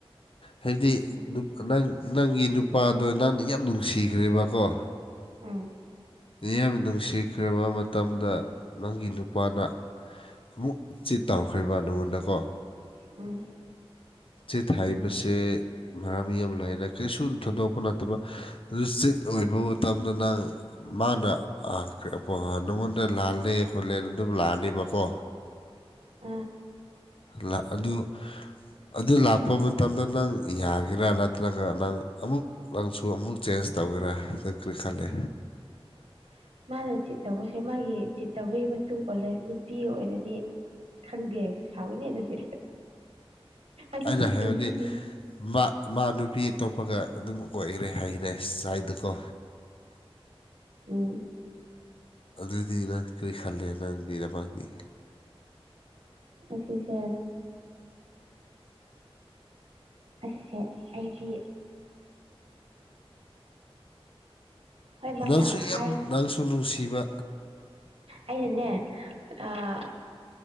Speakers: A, on the left; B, on the right.
A: ꯍꯥꯏꯕꯗꯤ
B: ꯎꯝ
A: ꯅꯨ ꯅꯪ ꯅꯪꯒꯤ ꯅꯨꯄꯥꯗꯣ ꯅꯪꯅ ꯌꯥꯝ ꯅꯨꯡꯁꯤꯈ꯭ꯔꯦꯕꯀꯣ
B: ꯎꯝ
A: ꯌꯥꯝꯅ ꯅꯨꯡꯁꯤꯈ꯭ꯔꯕ ꯃꯇꯝꯗ ꯅꯪꯒꯤ ꯅꯨꯄꯥꯅ ꯑꯃꯨꯛ ꯆꯤꯠ ꯇꯥꯎꯈ꯭ꯔꯤꯕ ꯅꯉꯣꯟꯗꯀꯣ
B: ꯎꯝ
A: ꯆꯤꯠ ꯍꯥꯏꯕꯁꯦ ꯃꯔꯝ ꯌꯥꯝ ꯂꯩꯔꯦ ꯀꯔꯤꯁꯨ ꯊꯣꯏꯗꯣꯛꯄ ꯅꯠꯇꯕ ꯑꯗꯨ ꯆꯤꯠ ꯑꯣꯏꯕ ꯃꯇꯝꯗ ꯅꯪ ꯃꯥꯅ ꯑꯥ ꯅꯉꯣꯟꯗ ꯂꯥꯜꯂꯦ ꯈꯣꯠꯂꯦ ꯑꯗꯨꯝ ꯂꯥꯑꯅꯦꯕꯀꯣ
B: <inaudible>
A: ꯂꯥ ꯑꯗꯨ ꯑꯗꯨ ꯂꯥꯛꯄ ꯃꯇꯝꯗ ꯅꯪ ꯌꯥꯒꯦꯔꯥ ꯅꯠꯇ꯭ꯔꯒ ꯅꯪ ꯑꯃꯨꯛ ꯅꯪꯁꯨ ꯑꯃꯨꯛ ꯆꯦꯟꯖ ꯇꯧꯒꯦꯔꯥ ꯅꯪ ꯀꯔꯤ ꯈꯜꯂꯦ
B: <inaudible> ꯃꯥꯅ ꯆꯤꯠꯇꯧꯕꯁꯦ ꯃꯥꯒꯤ ꯆꯤꯠꯇꯧꯕꯩ ꯃꯇꯨꯡ ꯄꯣꯜꯂꯦ ꯅꯨꯄꯤ ꯑꯣꯏꯔꯗꯤ ꯈꯪꯗꯦ ꯁꯥꯎꯒꯅꯤ ꯑꯗꯨꯗꯤ ꯑꯗꯨꯗꯤ
A: ꯑꯩꯅ ꯍꯥꯏꯕꯗꯤ
B: ꯀꯔꯤ ꯈꯟꯅꯤ
A: ꯃꯥ ꯃꯥ ꯅꯨꯄꯤ ꯑꯇꯣꯞꯄꯒ ꯑꯗꯨꯝ ꯑꯣꯏꯒ꯭ꯔꯦ ꯍꯥꯏꯒ꯭ꯔꯦ ꯁꯥꯏꯗꯀꯣ
B: ꯎꯝ
A: ꯑꯗꯨꯗꯤ ꯅꯪ ꯀ꯭ꯔꯤ ꯈꯜꯂꯦ ꯅꯪꯗꯤ ꯗꯃꯛꯅꯤ
B: ꯑꯁꯤꯁꯦ ꯑꯁꯤꯁꯦ ꯑꯩꯒꯤ ꯍꯣꯏ ꯃꯥꯅ
A: ꯅꯪꯁꯨ
B: ꯍꯥꯏꯔ
A: ꯌꯥꯝ ꯅꯪꯁꯨ ꯅꯨꯡꯁꯤꯕ
B: ꯑꯩꯅꯅꯦ ꯑꯥ